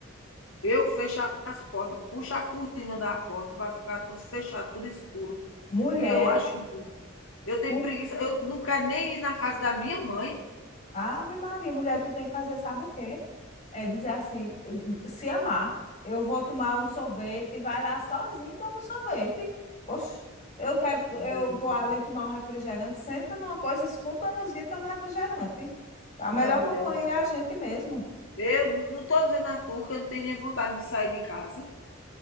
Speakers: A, on the left; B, on the left.
A: Eu fecho as portas, puxo a cortina da porta para ficar tudo fechado, tudo escuro.
B: Mulher,
A: E eu acho eu tenho
B: tu
A: preguiça, eu não quero nem ir na casa da minha mãe.
B: Ave Maria, mulher, tu tem que fazer, sabe o quê? É dizer assim, se amar. Eu vou tomar um sorvete, vai lá sozinho, toma um sorvete. Oxe, eu quero, eu
A: Não, mulher.
B: vou ali tomar um refrigerante, senta numa coisa, escuta uma música e toma um refrigerante. A melhor
A: Não, mulher.
B: companhia é a gente mesmo.
A: Eu não estou dizendo a tu que eu não tenho nem vontade de sair de casa.